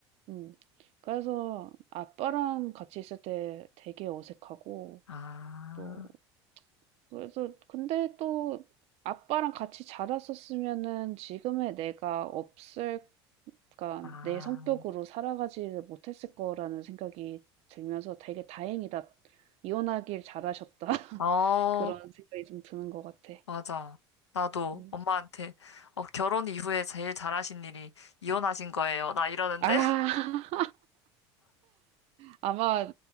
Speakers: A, on the right (about 45°); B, on the left (about 80°).
A: 음. 그래서 아빠랑 같이 있을 때 되게 어색하고,
B: 아,
A: 또, 그래서, 근데 또 아빠랑 같이 자랐었으면은 지금의 내가 없을, 그러니까
B: 아.
A: 내 성격으로 살아가지 못했을 거라는 생각이 들면서 되게 다행이다. 이혼하길 잘하셨다. <laughs>
B: 어,
A: 그런 생각이 좀 드는 것 같아.
B: 맞아. 나도
A: 음.
B: 엄마한테 어, 결혼 이후에 제일 잘하신 일이 이혼하신 거예요. 나 이러는데.
A: 아, <laughs> 아마